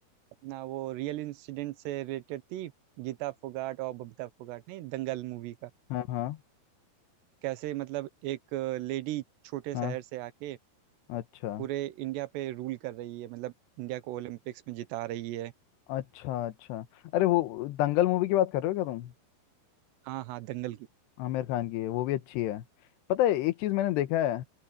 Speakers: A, on the right; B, on the left.
A: अपना वो रियल इंसिडेंट से रिलेटेड थी गीता फोगाट और बबीता फोगाट नहीं दंगल मूवी का
B: हाँ हाँ
A: कैसे मतलब एक लेडी छोटे
B: हाँ
A: शहर से आके
B: अच्छा
A: पूरे इंडिया पे रूल कर रही है मतलब इंडिया को ओलंपिक्स में जिता रही है
B: अच्छा अच्छा अरे वो दंगल मूवी की बात कर रहे हो क्या तुम
A: हाँ हाँ दंगल की
B: आमिर खान की है वो भी अच्छी है पता है एक चीज मैंने देखा है